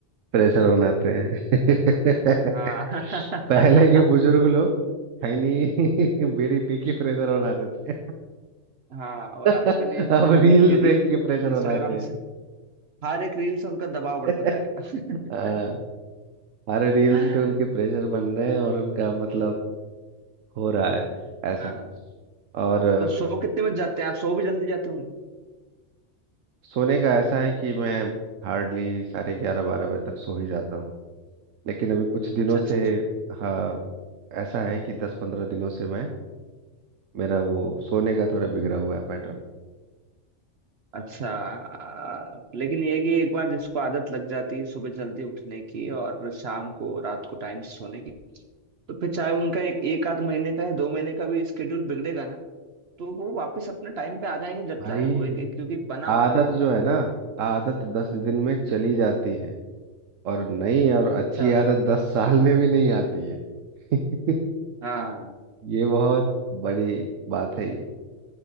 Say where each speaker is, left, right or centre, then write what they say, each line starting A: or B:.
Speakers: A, on the right (about 80°); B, on the right (about 60°).
A: प्रेशर बनाते हैं <laughs>
B: हाँ
A: पहले के बुजुर्ग लोग है नहीं <laughs> बीड़ी पी के प्रेशर बनाते थे
B: <laughs> हाँ और
A: <laughs>
B: आजकल ये
A: अब
B: फोन
A: रील्स
B: देख के रील
A: देख के प्रेशर
B: इंस्टाग्राम
A: बनाते हैं
B: से हर एक रील से उनका दबाव बढ़ता
A: <laughs>
B: जाएगा
A: हाँ अरे रील्स
B: <laughs>
A: पे उनके प्रेशर बन रहे हैं और उनका मतलब हो रहा है ऐसा
B: हाँ
A: और अ,
B: तो सो कितने बज जाते हैं आप सो भी जल्दी जाते होंगे
A: सोने का ऐसा है कि मैं हार्डली साढ़े ग्यारह बारह बजे तक सो ही जाता हूँ लेकिन अभी कुछ दिनों
B: अच्छा अच्छा
A: से
B: अच्छा
A: हाँ ऐसा है कि दस पंद्रह दिनों से मैं मेरा वो सोने का थोड़ा बिगड़ा हुआ है पैटर्न
B: अच्छा
A: ऐसा
B: आ,
A: है।
B: लेकिन ये कि एक बार जिसको आदत लग जाती है सुबह जल्दी उठने की और शाम को रात को टाइम से सोने की तो फिर चाहे उनका एक एक आध महीने का है दो महीने का भी स्केड्यूल बिगड़ेगा ना तो वो वापस अपने टाइम पे आ जाएंगे जब
A: भाई
B: चाहे वो एक, एक क्योंकि बना हुआ
A: आदत
B: है बहुत
A: जो है ना आदत दस दिन में चली जाती है और नई और अच्छी
B: अच्छा
A: आदत दस साल में भी नहीं आती है <laughs>
B: हाँ
A: ये बहुत बड़ी बात है ये